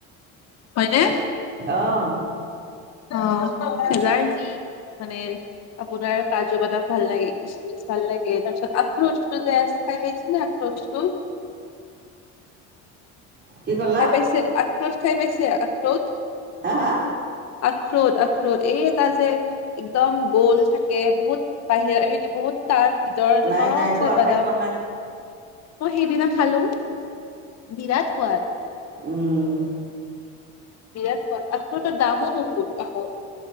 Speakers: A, on the left; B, on the right.
A: হয়নে?
B: অঁ
A: অঃ যাৰ যি, মানে আপোনাৰ কাজু- বাদাম ভাল লাগে, কিচমিচ ভাল লাগে, তাৰপিছত? আখৰোটটো যে আছে, খাই পাইছেনে আখৰোটটো?
B: কি ক'লা
A: খাই পাইছিল? আক, ফ্ৰুটচ খাই পাইছে? আখৰৌট?
B: হা হা
A: আখৰৌট, আখৰৌট এই এটা যে, ইকদম গৌল থাকে। বহুত বাহিৰা খিনি বহুত টান ভিতৰত
B: নাই
A: নৰম
B: নাই পোৱা
A: চে বাদাম।
B: খাই পোৱা নাই
A: মই সেইদিনা খালোঁ। বিৰাট সুৱাদ।
B: উম',
A: বিৰাট সোৱাদ। আখৰোটৰ দামো বহুত আকৌ।